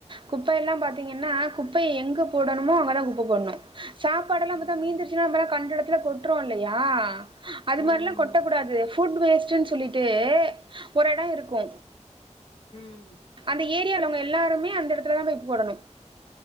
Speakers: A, on the right; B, on the left.
A: குப்பை எல்லா பாத்தீங்கன்னா குப்பைய எங்க போடணுமோ அங்கதா குப்ப போடணு சாப்பாடெல்லா பத்தா
B: ம்
A: மீந்துருச்சுனா நம்பெல்லா கண்ட எடத்துல கொட்றோ இல்லயா அது மாரிலா
B: ம்
A: கொட்ட கூடாது ஃபுட் வேஸ்ட்டுன்னு சொல்லிட்டு ஒரு எடோ இருக்கு
B: ம்
A: அந்த ஏரியால அவுங்க எல்லாருமே அந்த எடத்துலதா போய் போடணு